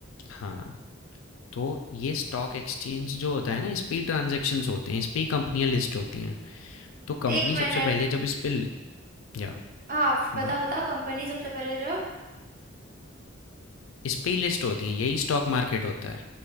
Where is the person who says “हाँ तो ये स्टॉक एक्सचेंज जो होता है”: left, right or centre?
Left